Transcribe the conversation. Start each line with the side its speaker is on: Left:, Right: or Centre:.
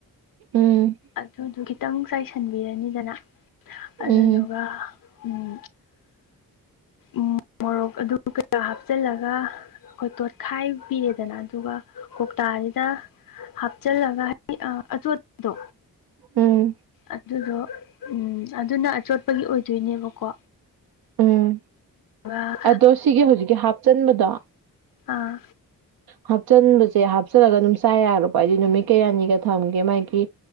Right: ꯎꯝ
Left: ꯑꯗꯨꯗꯨ ꯈꯤꯇꯪ ꯆꯥꯏꯁꯤꯟꯕꯤꯔꯅꯤꯗꯅ ꯑꯗꯨꯗꯨꯒ
Right: ꯎꯝ
Left: ꯎꯝ ꯎ ꯃꯣꯔꯣꯛ ꯑꯗꯨ ꯀꯌꯥ ꯍꯥꯞꯆꯤꯜꯂꯒ ꯑꯩꯈꯣꯏ ꯇꯣꯠꯈꯥꯏꯕꯤꯤꯔꯦꯗꯅ ꯑꯗꯨꯒ ꯀꯧꯇꯥꯁꯤꯗ ꯍꯥꯞꯆꯤꯜꯂꯒ ꯍꯥꯏꯗꯤꯗꯣ
Right: ꯎꯝ
Left: ꯑꯗꯨꯗꯣ ꯎꯝ ꯑꯗꯨꯅ ꯑꯆꯣꯠꯄꯒꯤ ꯑꯣꯏꯗꯣꯏꯅꯦꯕꯀꯣ
Right: ꯎꯝ
Left: ꯑꯥ
Right: ꯑꯗꯣ ꯁꯤꯒꯤ ꯍꯧꯖꯤꯛꯀꯤ ꯍꯥꯞꯆꯟꯕꯗꯣ
Left: ꯑꯥ
Right: ꯍꯥꯞꯆꯤꯟꯕꯁꯦ ꯍꯥꯞꯆꯜꯂꯒ ꯑꯗꯨꯝ ꯆꯥ ꯌꯥꯣꯕ ꯍꯥꯏꯗꯤ ꯅꯨꯃꯤꯠ ꯀꯌꯥꯅꯤꯒ ꯊꯝꯒꯦ ꯃꯥꯒꯤ